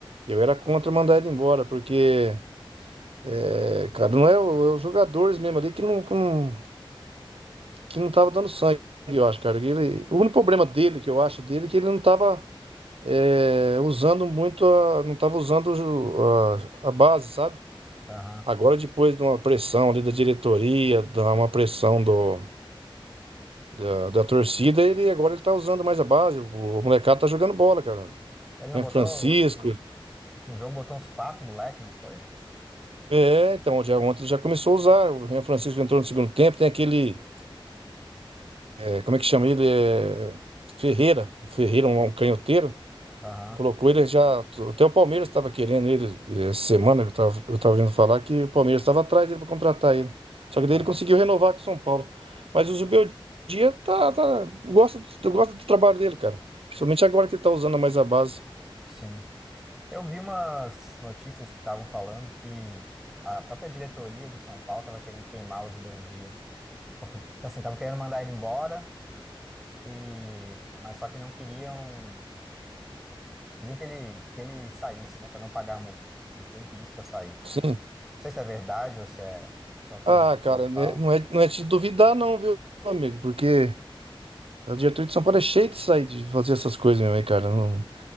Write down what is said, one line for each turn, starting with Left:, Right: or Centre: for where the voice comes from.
Right: eu era contra mandar ele embora, porque, é, cara, não é, o- é os jogadores mesmo ali que não, que não, que não tava dando sangue, eu acho, cara. Ele, o único problema dele, que eu acho dele, é que ele não tava, é, usando muito, a, não tava usando o ju- a, a base, sabe?
Centre: aham.
Right: Agora, depois de uma pressão ali da diretoria, de uma pressão do da, da torcida, ele agora ele tá usando mais a base. O, o molecado tá jogando bola, cara.
Centre: Ele não
Right: Renan
Centre: botou
Right: Francisco.
Centre: o último, último jogo, botou uns quatro, moleque, não foi?
Right: É, então, já, ontem ele já começou a usar. O Ren Francisco entrou no segundo tempo. Tem aquele. é, como é que chama ele? É, Ferreira. Ferreira, um, um canhoteiro.
Centre: Aham,
Right: Colocou ele já. Até o Palmeiras estava querendo ele é, essa semana. Eu tava, eu tava ouvindo falar que o Palmeiras estava atrás dele para contratar ele. Só que
Centre: aham.
Right: daí ele conseguiu renovar com o São Paulo. Mas o Zubeldia tá, tá, gosta, do- eu gosto do trabalho dele, cara. Principalmente agora que ele tá usando mais a base.
Centre: Sim. Eu vi umas notícias que estavam falando que a própria diretoria do São Paulo estava querendo queimar o Zubeldia, porque assim, estavam querendo mandar ele embora e mas só que não queriam, queriam que ele que ele saísse, né, para não pagar a multa. Queriam que ele pedisse para sair. Não
Right: Sim.
Centre: sei se é verdade ou se é só coisa
Right: Ah,
Centre: que o
Right: cara,
Centre: povo
Right: né,
Centre: fala.
Right: não é, não é te duvidar, não, viu, meu amigo? Porque a diretoria de São Paulo é cheia de sair de fazer essas coisas meu hein, cara. Não